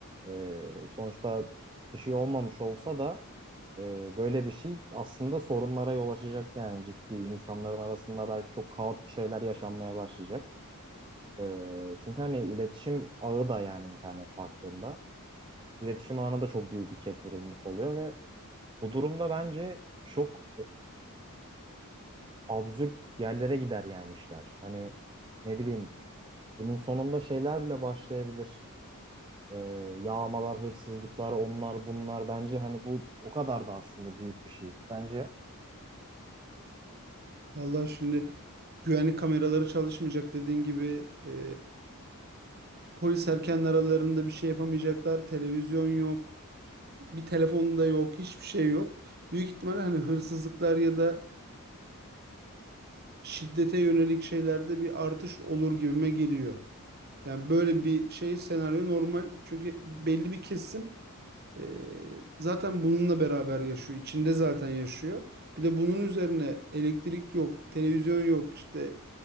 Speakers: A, on the right (about 20°); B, on the right (about 45°).
A: e, sonuçta bir şey olmamış olsa da e, böyle bir şey aslında sorunlara yol açacak yani ciddi. insanların arasında belki çok kaotik şeyler yaşanmaya başlayacak. Ee, çünkü hani iletişim ağı da yani internet baktığında iletişim ağına da çok büyük bir ket vurulmuş oluyor ve bu durumda bence çok absürt yerlere gider yani işler. Hani ne bileyim bunun sonunda şeyler bile başlayabilir. Ee, yağmalar, hırsızlıklar, onlar bunlar. Bence hani bu o kadar da aslında büyük bir şey. Bence.
B: Vallahi şimdi güvenlik kameraları çalışmayacak dediğin gibi e, polis erken aralarında bir şey yapamayacaklar. Televizyon yok. Bir telefon da yok. Hiçbir şey yok. Büyük ihtimalle hani hırsızlıklar ya da şiddete yönelik şeylerde bir artış olur gibime geliyor. Yani böyle bir şey senaryo normal. Çünkü belli bir kesim e, zaten bununla beraber yaşıyor. içinde zaten yaşıyor. Bir de bunun üzerine elektrik yok, televizyon yok, işte